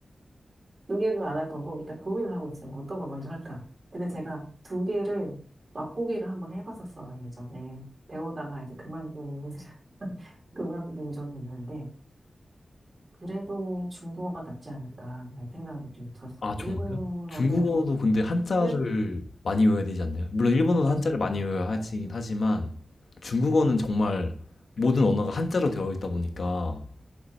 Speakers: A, on the right; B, on the left.
A: 두 개는 안 할 거고 일단 고민을 하고 있어요. 어떤 거 먼저 할까? 근데 제가 두 개를 맛보기를 한번 해봤었어요, 예전에. 배우다가 이제 그만둔, <laughs> 그만둔 적이 있는데, 그래도 중국어가 낫지 않을까, 라는 생각이 좀 들었어요.
B: 아, 정말요?
A: 일본어는,
B: 중국어도 근데 한자를
A: 일,
B: 많이 외워야 되지 않나요? 물론 일본어도
A: 맞아요.
B: 한자를 많이 외워야 하긴
A: 아,
B: 하지만, 중국어는 정말 모든 언어가 한자로 되어 있다 보니까